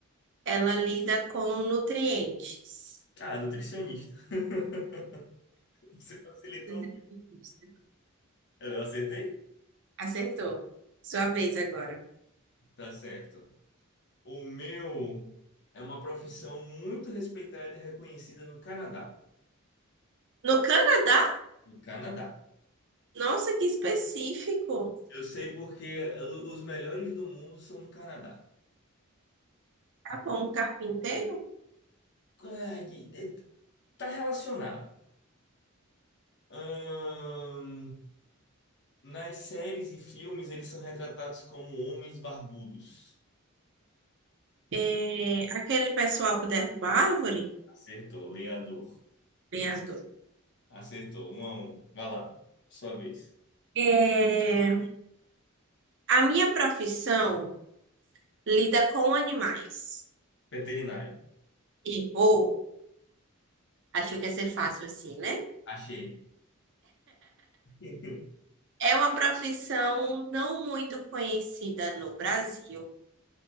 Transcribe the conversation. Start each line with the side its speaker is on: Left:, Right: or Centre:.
Right: Ela lida com nutrientes.
Left: Ah, nutricionista. <laughs> Você facilitou
Right: Nutrientes,
Left: muito.
Right: né?
Left: Eu acertei?
Right: Acertou. Sua vez agora.
Left: Tá certo. O meu é uma profissão muito respeitada e reconhecida no Canadá.
Right: No Canadá?
Left: No Canadá.
Right: Nossa, que específico.
Left: Eu sei porque os melhores do mundo são do Canadá.
Right: Tá bom, um carpinteiro?
Left: Ah, de- Tá relacionado. Ahn, nas séries e filmes, eles são retratados como homens barbudos.
Right: É, aquele pessoal que derruba árvore?
Left: Acertou, lenhador.
Right: Lenhador.
Left: Acertou, um a um. Vai lá, sua vez.
Right: É, A minha profissão lida com animais.
Left: Veterinário.
Right: E, ou, acho que ia ser fácil assim, né?
Left: Achei. <laughs>
Right: É uma profissão não muito conhecida no Brasil,